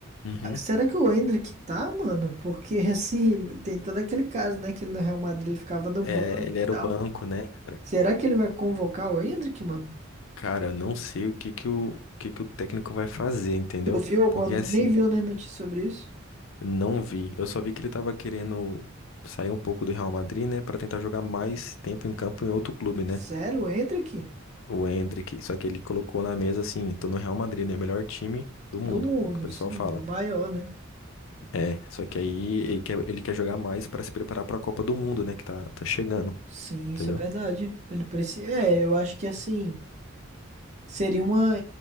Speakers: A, on the left; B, on the right.
A: Uhum.
B: ah, Será que o Endrick tá, mano? Porque <laughs> assim, tem todo aquele caso, né? Que ele no Real Madrid ele ficava no banco
A: É, ele
B: e tal.
A: era o banco, né, cara?
B: Será que ele vai convocar o Endrick, mano?
A: Cara, eu não sei o que que o, o que que o técnico vai fazer, entendeu?
B: Tu viu alguma.
A: Porque
B: Nem
A: assim,
B: viu, né, notícia sobre isso?
A: não vi. Eu só vi que ele tava querendo sair um pouco do Real Madrid, né, Pra tentar jogar mais tempo em campo em outro clube, né?
B: Sério, o Endrick?
A: O Endrick, só que ele colocou na mesa assim, tô no Real Madrid, né, o melhor time do mundo,
B: Do mundo,
A: o que o pessoal
B: sim,
A: fala.
B: o maior, né?
A: É, só que aí ele quer, ele quer jogar mais pra se preparar pra Copa do Mundo, né, que tá, tá chegando,
B: Sim,
A: entendeu?
B: isso é verdade. Ele precisa. É, eu acho que assim. Seria uma,